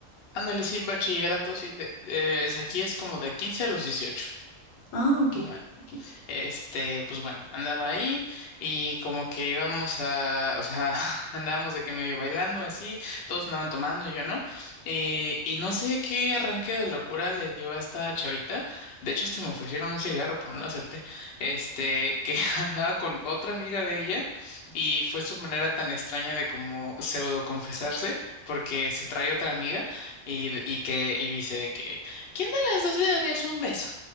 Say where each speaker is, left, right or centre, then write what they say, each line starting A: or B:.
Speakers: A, on the left (about 60°); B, on the left (about 80°).
A: Ándale, sí, bachillerato, sí. de- eh, es- aquí es como de 15 a los dieciocho
B: Ah, ok,
A: no
B: ok.
A: Este, pues bueno, andaba ahí y como que íbamos a, o sea, <laughs> andábamos de que medio bailando así, todos andaban tomando y yo no. Eh, y no sé qué arranque de locura le dio a esta chavita. De hecho, hasta me ofrecieron un cigarro, pero no lo acepté. Este, que <laughs> andaba con otra amiga de ella y fue su manera tan extraña de como pseudo confesarse, porque se trae otra amiga y, y que, y dice de que, ¿quién de las dos le darías un beso?